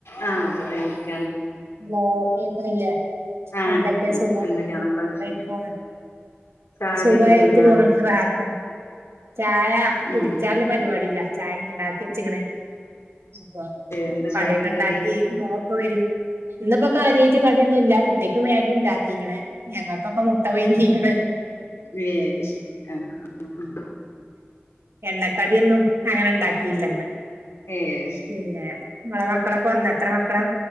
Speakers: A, on the left; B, on the right.
A: ആ <inaudible>
B: ഹലോ കേക്ണില്ലേ?
A: ആഹ്
B: എന്തൊക്കെയാ
A: കേക്ക്ണ്ട്
B: സുഖം
A: എന്തൊക്കെയാണ്
B: ഇങ്ങനെ
A: നിങ്ങളെ വിശേഷം
B: പോണ
A: ചായുടിയൊക്കെ
B: സുഖയിട്ട്
A: കഴിഞ്ഞോ
B: പോണു റാഹത്ത ചായ കുടിച്ചാല്
A: ഉം
B: പരിപാടില ചായ ഇണ്ടാക്കി വെച്ച്ക്ക്ണ്. അപ്പൊ
A: എന്താ
B: കടിയൊക്കെ
A: ചായക്ക്
B: ഇണ്ടാക്കി
A: കടി
B: മോൻ പ്പോ വരും. ഇന്നിപ്പോ കാര്യായിട്ട് കടിയൊന്നുല്ല. കുട്ടിക്ക് മേഗി ഉണ്ടാക്കീക്ണ്. ഞങ്ങൾക്കൊക്കെ മുട്ടപുഴുങ്ങിക്ണ്.
A: യേഷ്‌ ആഹ് ആ അ
B: എണ്ണക്കടിയൊന്നും അങ്ങനെ ഇണ്ടാക്കിയില്ലെന്ന്.
A: ഏഹ് ശരി
B: പിന്നെ ങ്ങളെ മക്കളൊക്കെ വന്ന എത്ര മക്കളാ?